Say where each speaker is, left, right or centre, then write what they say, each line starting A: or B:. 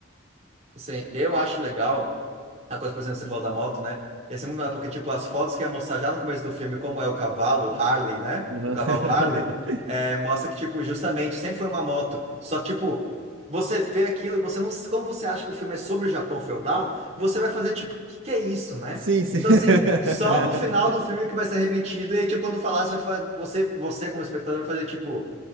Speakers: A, on the right (about 35°); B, on the right (about 80°).
A: Assim, eu acho legal a coisa, por exemplo, que você falou da moto, né? E assim, muito legal, porque, tipo, as fotos que ia mostrar já no começo do filme, como é o cavalo, o Harley, né?
B: Aham.
A: O cavalo
B: <laughs>
A: Harley, é, mostra que, tipo, justamente, sempre foi uma moto. Só que, tipo, você vê aquilo e você não... Como você acha que o filme é sobre o Japão feudal, você vai fazer, tipo, o que que é isso, né?
B: Sim, sim.
A: Então,
B: <laughs>
A: assim, só no final do filme que vai ser remetido e, aí, tipo, quando falar, você vai fa- você, você, como espectador, vai fazer, tipo,